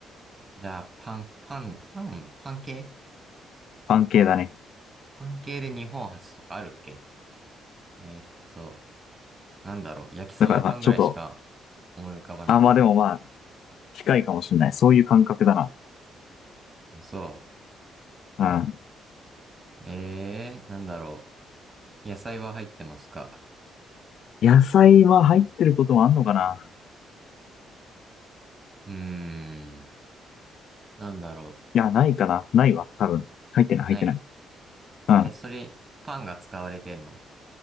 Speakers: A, on the right (about 30°); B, on the left (about 70°).
A: じゃあ、パン、パン、パン、パン系
B: パン系だね。
A: パン系で日本初とかあるっけえーっと、なんだろう。焼きそばパンぐらいしか
B: だから、ちょっと、
A: 思い浮かばないけど。
B: あ、まあでもまあ、近いかもしれない。そういう感覚だな。
A: そ
B: うん。
A: う。えー、なんだろう。野菜は入ってますか
B: 野菜は入ってることもあんのかな
A: うーん、なんだろ
B: いや、ないかな。ないわ、多分。入ってない、
A: う。
B: 入ってない。
A: ない。
B: うん。
A: え、それ、パンが使われてんの